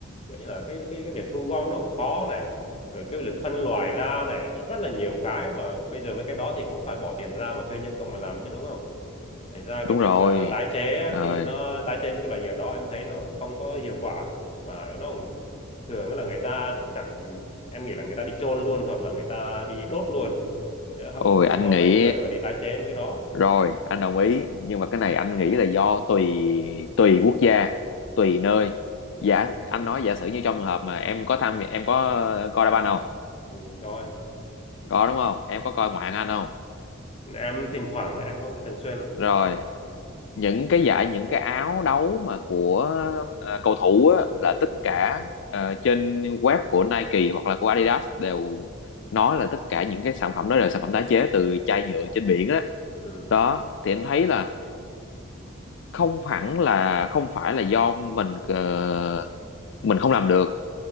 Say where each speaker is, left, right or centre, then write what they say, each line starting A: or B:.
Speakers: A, on the left; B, on the left.
A: kiểu như là cái cái cái việc thu gom nó cũng khó này rồi cái việc phân loại ra này nó rất là nhiều cái mà bây giờ mấy cái đó thì cũng phải bỏ tiền ra mà thuê nhân công mà làm chứ đúng không thành ra
B: đúng
A: cái việc
B: rồi
A: ờ, tái chế á,
B: rồi
A: thì nó tái chế mấy cái loài nhựa đó em thấy nó không có hiệu quả mà nó cũng thường là người ta chẳng em nghĩ là người ta đi chôn luôn hoặc là người ta đi đốt luôn chứ không
B: ôi
A: không
B: anh
A: có
B: nghĩ
A: mấy người mà đi tái chế mấy cái đó
B: rồi anh đồng ý nhưng mà cái này anh nghĩ là do tùy tùy quốc gia tùy nơi giả anh nói giả sử như trong trường hợp mà em có tham em có ờ, coi đá banh không
A: ừ, rồi
B: có đúng không em có coi ngoại hạng Anh không
A: em thỉnh thoảng em không hay thường xuyên lắm
B: rồi
A: ừ.
B: những cái giải những cái áo đấu mà của ờ, cầu thủ á, là tất cả ờ, trên web của Nike hoặc là của Adidas đều nói là tất cả những cái sản phẩm đó là sản phẩm tái chế từ chai nhựa trên biển á
A: Ừ.
B: đó thì anh thấy là không hẳn là không phải là do mình ờ, mình không làm được